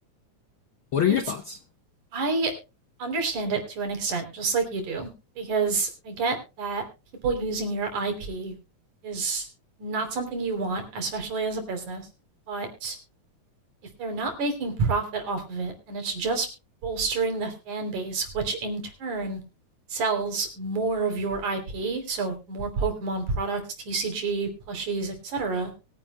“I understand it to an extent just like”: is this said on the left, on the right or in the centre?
Right